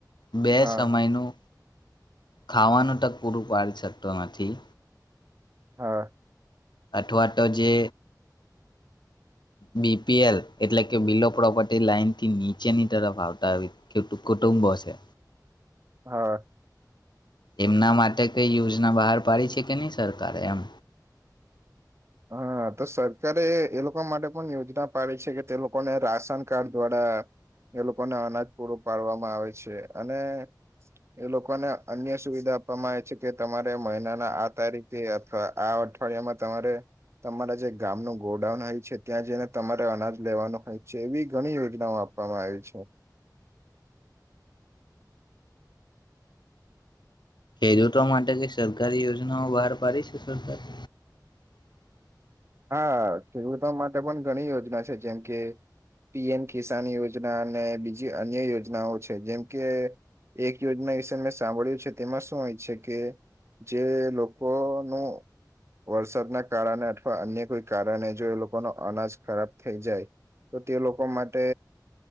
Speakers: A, on the left; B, on the right.
A: બે
B: હા
A: સમયનું ખાવાનું ત પૂરું પાડી શકતો નથી.
B: હા
A: અથવા તો જે બીપીએલ એટલે કે બિલો પ્રોપર્ટી લાઈન થી નીચેની તરફ આવતા કુટુંબો છે.
B: હા
A: એમના માટે કઈ યોજના બહાર પાડી છે કે નહી સરકારે એમ?
B: હા તો સરકારે એ લોકો માટે પણ યોજના પાડી છે કે તે લોકોને રાશન કાર્ડ દ્વારા એ લોકોને અનાજ પૂરું પાડવામાં આવે છે. અને એ લોકોને અન્ય સુવિધા આપવામાં આવે છે. કે તમારે મહિનાના આ તારીખ તે અથવા આ અઠવાડિયામાં તમારે તમારા જે ગામનું ગોડાઉન હોય છે ત્યાં જઈને તમારે અનાજ લેવાનું હોય છે. એવી ઘણી યોજનાઓ આપવામાં આવી છે.
A: ખેડૂતો માટે જે સરકારી યોજનાઓ બહાર પાડી છે સરકાર એ
B: હા ખેડૂતો માટે માટે પણ ઘણી યોજના છે જેમ કે પીએમ કિસાન યોજના અને બીજી અન્ય યોજનાઓ છે. જેમ કે એક યોજના વિશે મેં સાંભળ્યું છે તેમાં શું હોય છે કે જે લોકો ન વરસાદના કારણે અન્ય કોઈ કારણે જો એ લોકો ન અનાજ ખરાબ થઈ જાય તો તે લોકો માટે